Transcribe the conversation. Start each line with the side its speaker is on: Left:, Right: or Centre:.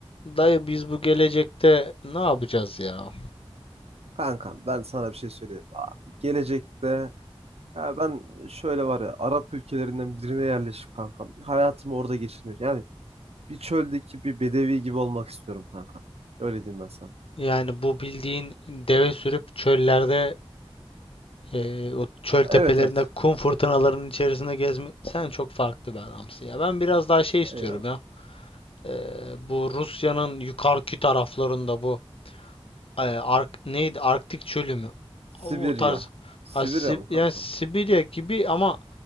Left: Dayı biz bu gelecekte ne yapacağız ya?
Right: Kankam ben sana bir şey söyleyeyim abi. Gelecekte ya ben şöyle var ya Arap ülkelerinden birine yerleşip kankam hayatımı orada geçirmek. Yani bir çöldeki bir bedevi gibi olmak istiyorum kankam. Öyle diyeyim ben sana.
Left: Yani bu bildiğin deve sürüp çöllerde e, o çöl tepelerinde
Right: Evet evet.
Left: kum fırtınalarının içerisinde gezme sen çok farklı bir adamsın ya. Ben biraz daha şey istiyorum
Right: Eyvallah.
Left: ya. E, bu Rusya'nın yukarıki taraflarında bu e, Ark neydi? Arktik çölü mü?
Right: Sibirya.
Left: O tarz
Right: Sibirya
Left: Ha, Si-
Right: mı kankam?
Left: yani Sibirya gibi ama